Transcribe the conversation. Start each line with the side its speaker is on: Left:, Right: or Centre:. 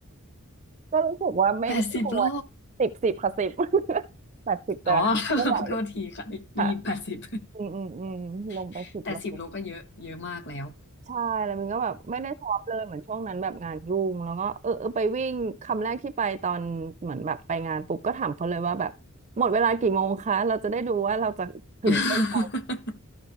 Right: ก็รู้สึกว่าไม่ไม่ควร
Left: แปดสิบโล
Right: สิบสิบค่ะสิบ <laughs> แปดสิบแต่ไม่ไหว
Left: อ๋อ <laughs> โทษทีค่ะได้ได้ยินแปดสิบ
Right: ค่ะอืมอืมอืมลงไปสิบโล
Left: <laughs> แต่สิบโลก็เยอะเยอะมากแล้ว
Right: ใช่แล้วมันก็แบบไม่ได้ท็อปเลยเหมือนช่วงนั้นแบบงานยุ่งแล้วก็เออเออไปวิ่งคำแรกที่ไปตอนเหมือนแบบไปงานปุ๊บก็ถามเขาเลยว่าแบบหมดเวลากี่โมงคะเราจะได้ดูว่าเราจะถึงเส้นชัย
Left: <laughs>